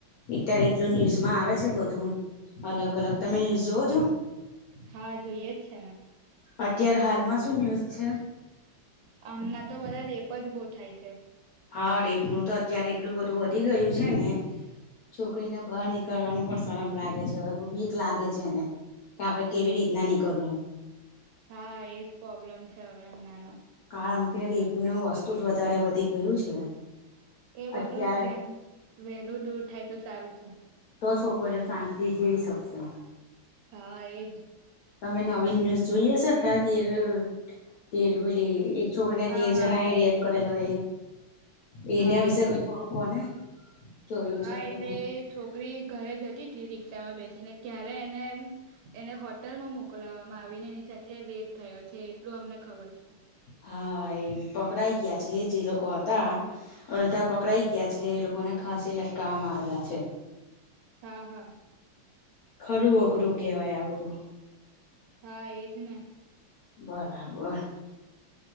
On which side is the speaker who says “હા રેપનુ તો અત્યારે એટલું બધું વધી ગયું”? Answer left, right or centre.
Left